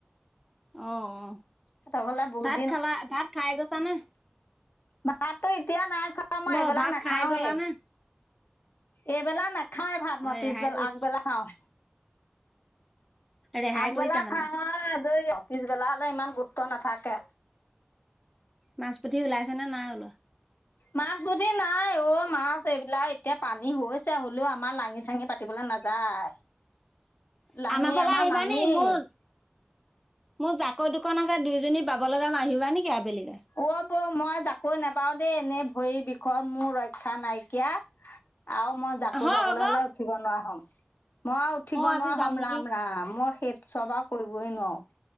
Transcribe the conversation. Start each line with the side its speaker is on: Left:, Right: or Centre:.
Centre: অ', অ',
Left: সিহঁতৰ ঘৰলে বহুত
Centre: ভাত খালা ভাত খাই গৈছা নে?
Left: ভাততো এতিয়া নাই খোৱা মই
Centre: ব
Left: এইবেলা
Centre: ভাত
Left: নাখাওৱে।
Centre: খাই গ'লা নে?
Left: এইবেলা নাখাওেই ভাত মই
Centre: অ',
Left: পিছবেলা
Centre: ৰেহাই কৰিছ
Left: আগবেলা খাওঁ।
Centre: ৰেহাই
Left: আগবেলা
Centre: কৰিছা মানে
Left: খা আজৰি আও, পিছবেলা ইমান গুৰুত্ব নাথাকে।
Centre: মাছ, পুঠি ওলাইছে নে নাই ওলোৱা।
Left: মাছ বি নাই অ', মাছ এইবিলাক এতিয়া পানী হৈছে হ'লেও আমাৰ লাঙি চাঙি পাতিব কে নাযায়।
Centre: <inaudible>
Left: লাঙি
Centre: আমাৰ ফালে আহিবানি
Left: নানেই।
Centre: মোৰ মোৰ জাকৈ দুখন আছে দুইজনী বাবলৈ যাম আহিবা নেকি আবেলি।
Left: অ', বৌ মই জাকৈ নাবাও দেই এনেই সেই বিষয়ত মোৰ ৰক্ষা নাইকিয়া আৰু মই জাকৈ
Centre: হয়
Left: বাবলৈ
Centre: আকৌ
Left: হলে উঠিব নোৱাৰা হ'ম। মই আৰু উঠিব
Centre: আজি
Left: নোৱাৰা
Centre: যাম
Left: হ'ম
Centre: নেকি
Left: ৰাম ৰাম মই সেই চব আৰু কৰিবই নোৱাৰো।